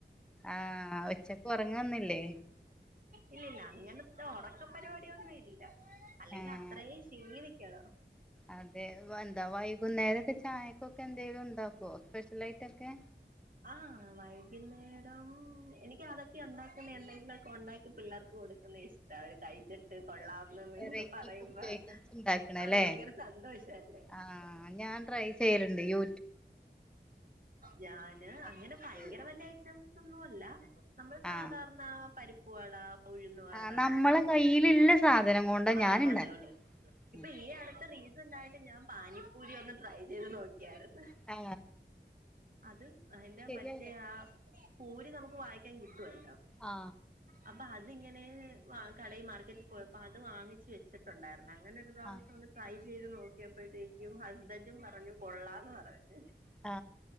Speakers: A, in the centre; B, on the right.
A: ആ ഉച്ചക്ക് ഉറങ്ങൊന്നുംല്ലേ.
B: ഇല്ലില്ല അങ്ങനത്തെ ഉറക്ക പരിപാടിയൊന്നും ഇല്ല. അല്ലെങ്കി
A: ഏഹ്
B: അത്രയും ക്ഷീണിക്കണം.
A: അതെ. എന്താ വൈകുന്നേരൊക്കെ ചായക്കൊക്കെ എന്തെങ്കിലും ഉണ്ടാക്കോ? സ്പെഷ്യലാ യിട്ടൊക്കെ.
B: ആ വൈകുന്നേരം എനിക്ക് അതൊക്കെ ഉണ്ടാക്കല് എന്തെങ്കിലുമൊക്കെ ഉണ്ടാക്കി പിള്ളേർക്ക് കൊടുക്കുന്ന ഇഷ്ടാ അവര് കഴിച്ചിട്ട് കൊള്ളാംന്ന്
A: വെറൈറ്റി
B: പറയുമ്പോ
A: കുക്ക് ഐറ്റംസ് ഉണ്ടാക്കണല്ലേ
B: നമുക്ക് ഭയങ്കര സന്തോഷല്ലേ
A: ആ ഞാൻ ട്രൈ ചെയ്യലുണ്ട്. യൂ
B: ഞാന്
A: നമുക്ക്
B: അങ്ങനെ ഭയങ്കര വലു ഐറ്റംസ് ഒന്നും അല്ല നമ്മൾ സാധാരണ
A: ആ
B: പരിപ്പുവടാ ഉഴുന്നവട
A: ആ നമ്മളെ കയ്യിലുള്ള സാധനം കൊണ്ടാ
B: ആ
A: ഞാൻ ഉണ്ടാക്കല്
B: അതെ ഉള്ളൂ. ഇപ്പൊ
A: ഉം.
B: ഈ അടുത്ത റീസ ൻ്റായിട്ട് ഞാൻ പാനിപ്പൂരി ഒന്ന് ട്രൈ ചെയ്ത് നോക്കിയായിരുന്നു.
A: ആ
B: അത് അതിന്റെ
A: ശരിയായോ
B: മറ്റേ ആ പൂരി നമുക്ക് വാങ്ങിക്കാൻ കിട്ടു വല്ലോ.
A: ആ
B: അപ്പൊ അത് അതിങ്ങനെ കടയിൽ മാർക്കറ്റിൽ പോയപ്പോ അത് വാങ്ങിച്ച് വെച്ചിട്ടുണ്ടായിരുന്നു. അങ്ങനെ ഒരു പ്രാവശ്യം
A: ആ
B: ഒന്ന് ട്രൈ ചെയ്ത് നോക്കിയപ്പോഴത്തേക്കും ഹസ്ബൻഡും പറഞ്ഞു കൊള്ളാംന്ന് പറഞ്ഞു.
A: ആ